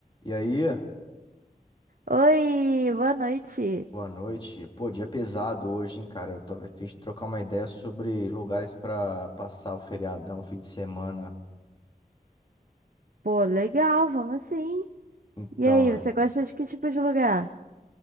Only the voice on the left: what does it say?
E aí,
boa noite. Pô, dia pesado hoje, hein, cara? Eu tô a fim de trocar uma ideia sobre lugares pra passar o feriadão, fim de semana.
Então,